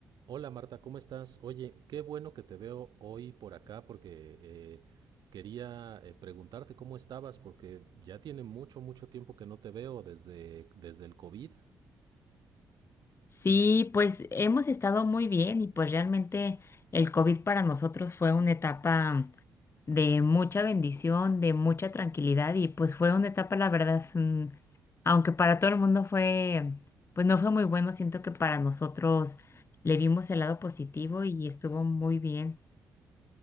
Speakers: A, on the right; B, on the left.
A: Hola Marta, ¿cómo estás? Oye, qué bueno que te veo hoy por acá porque eh, quería eh, preguntarte cómo estabas porque ya tiene mucho, mucho tiempo que no te veo desde, desde el COVID.
B: Sí, pues hemos estado muy bien y pues realmente el COVID para nosotros fue una etapa de mucha bendición, de mucha tranquilidad y pues fue una etapa, la verdad, mm, aunque para todo el mundo fue, pues no fue muy bueno, siento que para nosotros le vimos el lado positivo y estuvo muy bien.